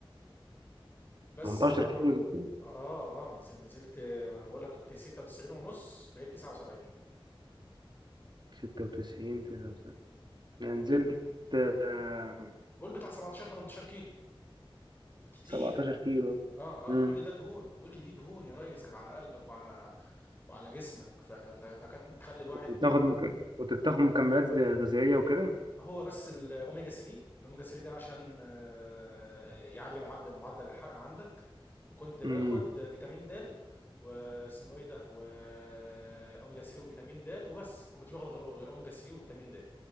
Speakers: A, on the left; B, on the right.
A: بس
B: 18
A: بعد ما
B: كيلو
A: اه اه نزلت نزلت وانا بقول لك كنت 96 ونص بقيت 79
B: 96 99 يعني نزلت آه،
A: قول بتاع 17 18 كيلو كتير
B: 17 كيلو
A: اه
B: امم
A: اه كل ده دهون كل دي دهون يا ريس كانت على قلبك وعلى وعلى جسمك فك... ف- فكانت بتخلي الواحد
B: بتاخد مكمل كنت بتاخد مكملات غذائية وكده
A: هو بس الاوميجا 3 الاوميجا 3 ده عشان آه، يعلي معدل معدل الحرق عندك وكنت باخد
B: امم
A: فيتامين د واسمه ايه ده واوميجا 3 وفيتامين د وبس ما كنتش باخد غير غير اوميجا 3 وفيتامين د